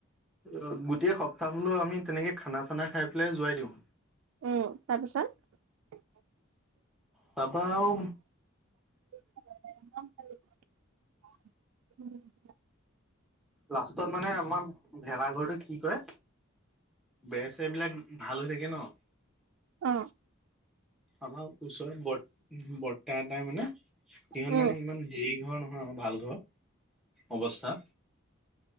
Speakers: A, in the centre; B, on the right.
A: অ গোটেই সপ্তাহ হলেও আমি তেনেকে খানা চানা খাই পেলাই যোৱাই দিওঁ
B: উম তাৰপিছত
A: তাপা আও
B: উম
A: লাষ্টত মানে আমাৰ ভেলাঘৰটো কি কৰে বেৰ চেৰবিলাক ভাল হৈ থাকে ন
B: অ
A: আমাৰ ওচৰত বৰ বৰ তাৰ তাৰ মানে, ইহঁত
B: উম,
A: মানে ইমান হেৰি ঘৰ নহয় আৰু ভাল ঘৰ অৱস্থা।